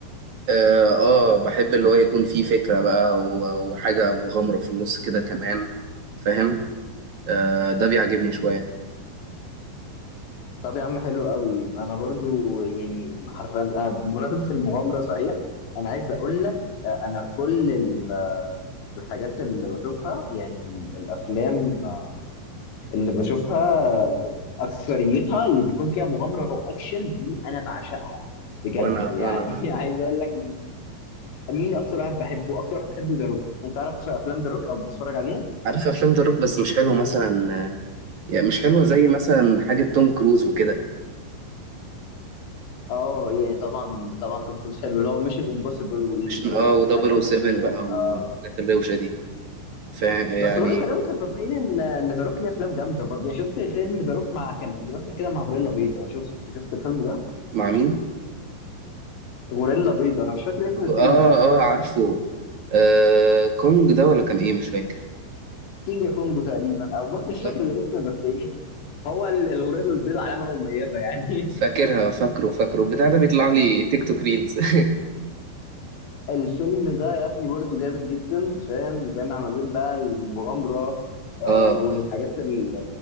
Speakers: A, on the right (about 50°); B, on the left (about 70°).
A: آه آه، بحب اللي هو يكون فيه فكرة بقى و- وحاجة مغامرة في النص كده كمان فاهم آه ده بيعجبني شوية
B: طب يا عم حلو قوي انا برضو يعني حرفيا أنا بمناسبه المغامره صحيح انا عايز اقول لك آه، انا كل ال- الحاجات اللي بشوفها يعني ال- الافلام آه، اللي بشوفها اكثريتها اللي بيكون فيها مغامره واكشن دي انا بعشقها بجد
A: وأنا
B: يعني
A: وأنا وأنا.
B: <laughs> عايز اقول لك مين اكتر واحد بحبه اكتر واحد بحبه ذا روك انت عارف افلام ذا روك او بتتفرج عليها
A: عارف أفلام ذا روك بس مش حلو مثلا آه، يعني مش حلوة زي مثلا حاجة توم كروز وكده
B: اه يعني طبعا طبعا توم كروز حلو اللي هو ميشن امبوسيبل وال...
A: مش
B: وال...
A: اه
B: والحاجات
A: و007 بقى والحاجات
B: اه
A: الروشة دي فيعني
B: بس برضه خلينا متفقين ان ان ذا روك ليه افلام جامده برضه يعني شفت فيلم ذا روك مع كان بيمثل كده مع غوريلا بيضاء شفت شفت الفيلم ده
A: مع مين؟
B: غوريلا بيضاء انا مش فاكر اسم
A: اه
B: الفيلم بس
A: اه
B: هو كان
A: عارفه آه كونج ده ولا كان ايه مش فاكر
B: كينج كونج تقريبا او بص مش
A: بالظبط.
B: فاكر الاسم بس ايه هو ال- الغوريلا البيضاء علامه مميزه يعني
A: فاكرها فاكره فاكره بتاع ده بيطلع لي تيك توك ريلز <laughs>
B: <laughs> الفيلم ده يا ابني برضه جامد جدا فاهم جامع ما بين بقى المغامره آه
A: اه آه.
B: والحاجات ال-